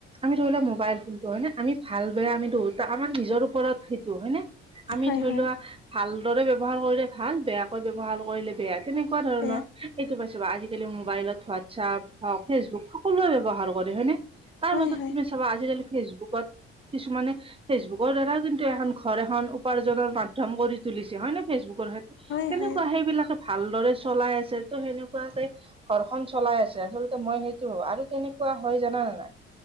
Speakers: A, on the right; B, on the left.
A: আমি ধৰি ললোৱা মোবাইল ফোনটো হয় নে আমি ভাল বেয়া আমি ধোত আমাৰ নিজৰ ওপৰত সেইটো হয় নে। আমি
B: হয়
A: ধৰি
B: হয়
A: লোৱা ভালদৰে ব ব্যৱহাৰ কৰিলে ভাল বেয়াকৈ ব্যৱহাৰ কৰিলে বেয়া যেনেকে। তেনেকুৱা ধৰণৰ।
B: বেয়া
A: এইটো পাইছে বু আজিকালি মোবাইলত হোৱাটছআপ হওক ফেচবুক সকলোৱে ব্যৱহাৰ কৰে হয়নে। তাৰ
B: হয়
A: মাজত
B: হয়
A: তুমি চাবা আজিকালি ফেচবুকত কিছুমানে। ফেচবুকৰ দ্বাৰাও কিন্তু এখন ঘৰ এখন উপাৰ্জনৰ মাধ্ম কৰি তুলিছে হয় ন ফেচবুকৰ সত।
B: হয়
A: তেনেকুৱা
B: হয়
A: সেইবিলাকে ভালদৰে চলাই আছে ত' সেনেকুৱাকে। ঘৰখনন চলাই আছে আচলতে মই সেইটো হ আৰু কেনেকুৱা হয় জানা নে নাই।